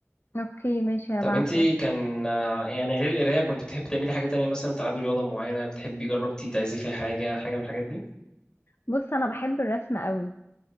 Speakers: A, on the left (about 55°); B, on the left (about 15°).
A: اوكي ماشي هبعت
B: طب انتي
A: لك
B: كان آه، يعني غير القراية كنت بتحبي تعملي حاجة تانية مثلا بتلعبي رياضة معينة بتحبي جربتي تعزفي فيها حاجة حاجة من الحاجات دي
A: بص انا بحب الرسم قوي